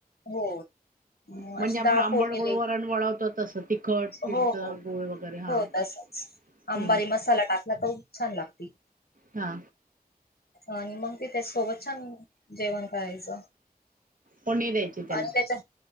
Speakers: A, on the left (about 80°); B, on the right (about 60°).
A: हो. म
B: म्हणजे
A: अशी
B: आपण
A: डाळ
B: आंबड
A: फोडणी
B: गोळ
A: द्यायची
B: वरण वळवतो तसं. तिखट चिंच
A: हो हो
B: गु ळ वगैरे हा
A: हो
B: हम्म.
A: तसच अंबारी मसाला टाकला त छान लागती.
B: हा.
A: आणि मग ते त्या सोबत छान... जेवण करायचं
B: फोडणी द्यायची त्याला
A: आणि त्याच्या